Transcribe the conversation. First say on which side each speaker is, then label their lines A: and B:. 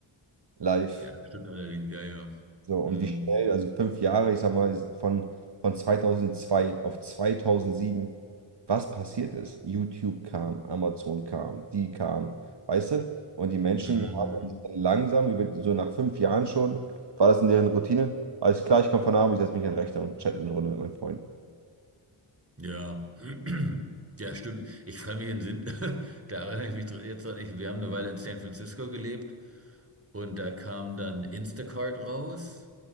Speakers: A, on the right; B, on the right.
A: live.
B: Ja, das stimmt allerdings, ja, ja.
A: So, und
B: Mhm.
A: wie schnell, also fünf Jahre, ich sag mal, von, von 2002 auf 2007, was passiert ist. YouTube kam, Amazon kam, die kam, weißt du? Und die Menschen
B: Mhm.
A: haben sich dann langsam, über, so nach fünf Jahren schon, war das in deren Routine. Alles klar, ich komme von Abend, ich setze mich an den Rechner und chatte eine Runde mit meinen Freunden.
B: Ja. <clears throat> Ja, stimmt. Ich kann mich in Sinn, <laughs> da erinnere ich mich dr- jetzt dran, ich, wir haben eine Weile in San Francisco gelebt. Und da kam dann Instacart raus.